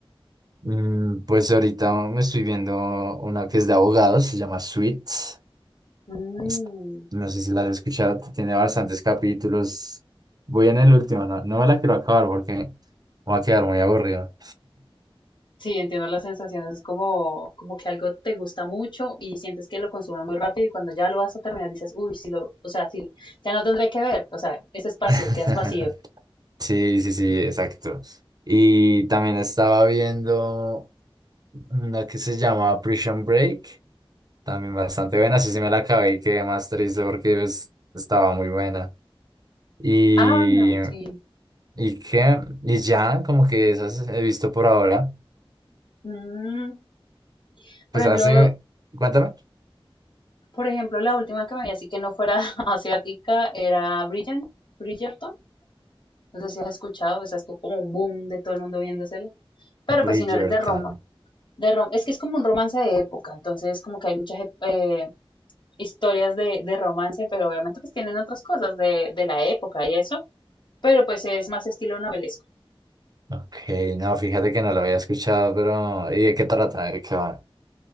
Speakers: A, on the right; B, on the left.
A: Mm, pues ahorita me estoy viendo una que es de abogados, se llama Suits.
B: Mm,
A: Es- No sé si la has escuchado, tiene bastantes capítulos. Voy en el último, no, no me la quiero acabar porque me va a quedar muy aburrido.
B: sí, entiendo las sensaciones. Es como, como que algo te gusta mucho y sientes que lo consumas muy rápido y cuando ya lo vas a terminar dices, uy, sí lo, o sea, sí, ya no tendré que ver. O sea, ese espacio
A: <laughs>
B: quedas vacío.
A: Sí, sí, sí, exacto. Y también estaba viendo una que se llama Prison Break, también bastante buena, sí, sí me la acabé y quedé más triste porque pues, estaba muy buena. Y,
B: Ah, bueno, sí.
A: y qué, y ya, como que esas he visto por ahora.
B: Mm, Por
A: Pues
B: ejemplo,
A: hace, cuéntame.
B: por ejemplo, la última que me vi así que no fuera <laughs> asiática era Bridgerton. Bridgerton. No sé si has escuchado, esa estuvo como un boom de todo el mundo viéndosela. Pero pues
A: Bridgerton.
B: si no eres de Roma, de rom- es que es como un romance de época, entonces como que hay muchas ep- eh, historias de, de romance, pero obviamente pues tienen otras cosas de, de la época y eso, pero pues es más estilo novelesco.
A: Ok, no, fíjate que no lo había escuchado, pero ¿y de qué trata? ¿De qué va?